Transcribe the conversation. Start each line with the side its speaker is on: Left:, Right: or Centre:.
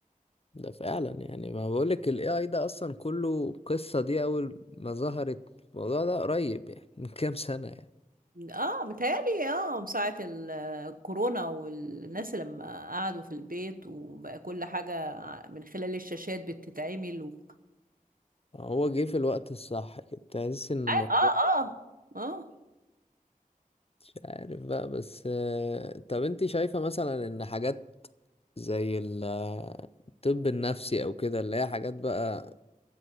Left: ده فعلا يعني ما بقولك ال AI ده أصلا كله قصة دي أول ما ظهرت الموضوع ده قريب يعني <laughs> من كام سنة يعني
Right: اه متهيألي اه من ساعة الكورونا والناس لما قعدوا في البيت وبقى كل حاجة من خلال الشاشات بتتعمل و...
Left: هو جه في الوقت الصح كده تحس إن الموضوع
Right: اه اه اه آه.
Left: مش عارف بقى بس آه، طب أنت شايفة مثلا إن حاجات زي ال- الطب النفسي أو كده اللي هي حاجات بقى